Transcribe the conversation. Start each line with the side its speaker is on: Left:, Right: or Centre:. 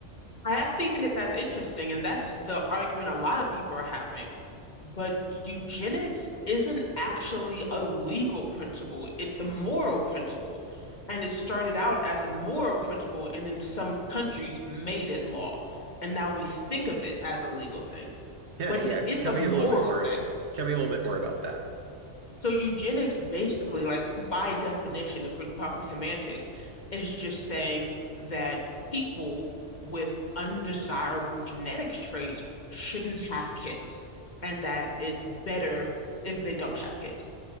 Left: I actually think that that's interesting, and that's the argument a lot of people are having. But eugenics isn't actually a legal principle, it's a moral principle. And it started out as a moral principle, and in some countries made it law. And now we think of it as a legal thing,
Right: yeah
Left: but
Right: yeah
Left: it
Right: tell
Left: is a
Right: me
Left: moral
Right: a little bit more
Left: thing.
Right: tell me a little bit more about that
Left: So eugenics basically, like by definition, if we're talking semantics, is just saying that people with undesirable genetic traits shouldn't have kids, and that it's better if they don't have kids.